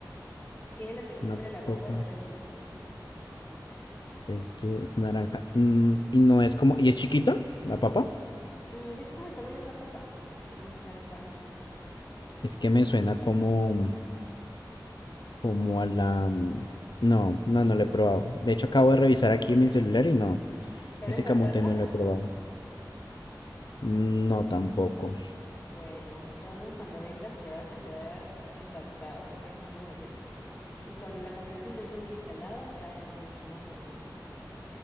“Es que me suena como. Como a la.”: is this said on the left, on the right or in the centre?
Left